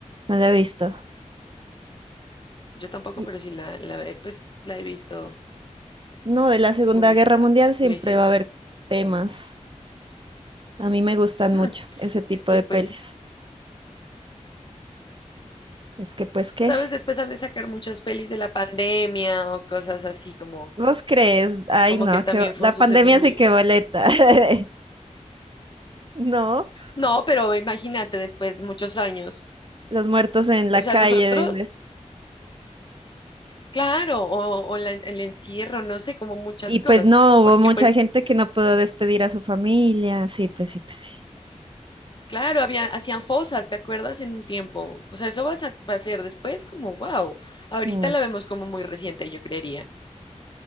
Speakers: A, on the right; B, on the left.
A: no la he visto.
B: Yo tampoco,
A: Y-
B: pero sí la, la, he- pues, la he visto
A: no, de la Segunda
B: publicidad,
A: Guerra Mundial
B: publicidad.
A: siempre va a haber temas, a mí me gustan
B: Mm,
A: mucho ese tipo
B: Es que,
A: de
B: pues,
A: pelis. Es que, pues, ¿qué?
B: sabes, después han de sacar muchas pelis de la pandemia o cosas así como,
A: ¿Vos crees? Ay,
B: como
A: no,
B: que también
A: que
B: fue
A: la
B: un
A: pandemia
B: suceso muy...
A: sí que boleta. <laughs> No,
B: No, pero imagínate, después de muchos años.
A: los muertos en la
B: O sea,
A: calle,
B: nosotros
A: dices.
B: Claro, o, o la- el encierro, no sé, como muchas
A: Y
B: cosas,
A: pues no, hubo
B: porque
A: mucha
B: pues,
A: gente que no pudo despedir a su familia. Sí, pues sí, pues sí.
B: claro, había, hacían fosas, ¿te acuerdas? En un tiempo, o sea, eso va a, sa- va a ser después como, wow, ahorita
A: Mm.
B: la vemos como muy reciente, yo creería.